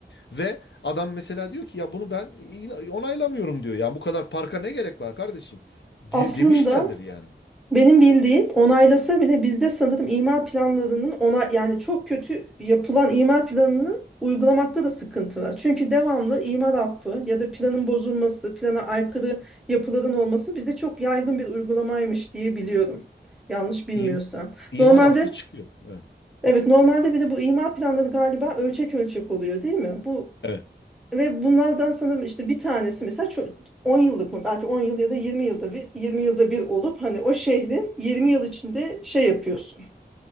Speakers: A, on the left; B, in the centre.
A: ve adam mesela diyor ki ya bunu ben in- onaylamıyorum diyor. Yani bu kadar parka ne gerek var kardeşim?
B: Aslında
A: Di- demişlerdir yani.
B: benim bildiğim onaylasa bile bizde sanırım imar planlarının ona yani çok kötü yapılan imar planını uygulamakta da sıkıntı var. Çünkü devamlı imar affı ya da planın bozulması, plana aykırı yapıların olması bizde çok yaygın bir uygulamaymış diye biliyorum. Yanlış bilmiyorsam.
A: İm, imar
B: Normalde
A: affı çıkıyor. Evet.
B: Evet normalde bir de bu imar planları galiba ölçek ölçek oluyor değil mi? Bu
A: Evet.
B: ve bunlardan sanırım işte bir tanesi mesela çok 10 yıllık mı belki 10 yıl ya da 20 yılda bir 20 yılda bir olup hani o şehrin 20 yıl içinde şey yapıyorsun